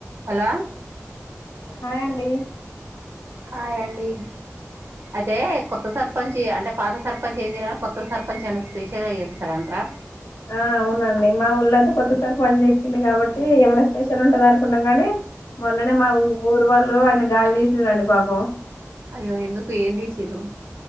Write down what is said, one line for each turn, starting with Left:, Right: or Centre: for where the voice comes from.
Right: హలో
Left: హాయ్ అండి
Right: హాయ్ అండి అయితే కొత్త సర్పంచ్ అంటే పాత సర్పంచ్ ఏం చేయలేదు కొత్త సర్పంచ్ ఏమైనా స్పెషల్ గా చేస్తార అంటారా
Left: ఆ అవునండి మా ఊరు లో అయితే కొత్త సర్పంచ్ ఎక్కిండు కాబట్టి ఏమైనా స్పెషల్ ఉంటది అనుకున్నా కాని మొన్ననే మా ఊరు వాళ్ళు లు ఆయన గాలి తీసి రండి పాపం
Right: అయ్యో ఎందుకు ఏం తీసిరు